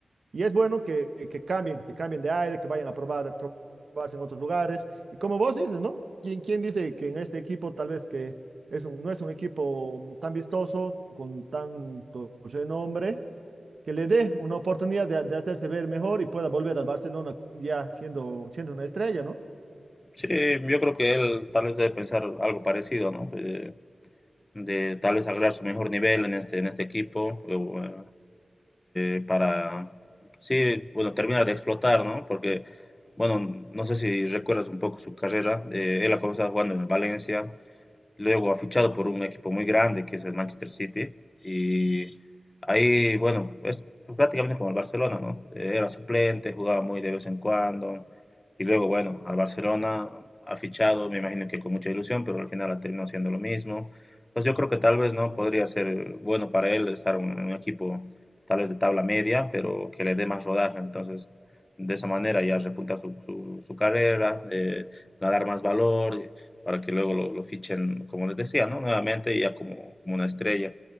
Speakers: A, on the right (about 70°); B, on the left (about 25°).
A: Y es bueno que, que- cambien, que cambien de aire, que vayan a probar, probarse en otros lugares. Y como vos dices, ¿no? ¿Quién, quién dice que en este equipo tal vez que es un- no es un equipo tan vistoso, con tanto renombre, que le dé una oportunidad de, de hacerse ver mejor y pueda volver al Barcelona ya siendo, siendo una estrella, ¿no?
B: Sí, yo creo que él tal vez debe pensar algo parecido, ¿no? Eh, de tal vez agregar su mejor nivel en este, en este equipo eh, eh, para, sí, bueno, terminar de explotar, ¿no? Porque, bueno, no sé si recuerdas un poco su carrera, eh, él ha comenzado jugando en el Valencia, luego ha fichado por un equipo muy grande que es el Manchester City y ahí, bueno, es prácticamente como el Barcelona, ¿no? Eh, Era suplente, jugaba muy de vez en cuando y luego, bueno, al Barcelona ha fichado, me imagino que con mucha ilusión, pero al final ha terminado haciendo lo mismo. Pues yo creo que tal vez no podría ser bueno para él estar en un equipo tal vez de tabla media, pero que le dé más rodaje. Entonces, de esa manera ya repuntar su, su, su carrera, eh, ganar más valor para que luego lo, lo fichen, como les decía, ¿no? Nuevamente ya como, como una estrella.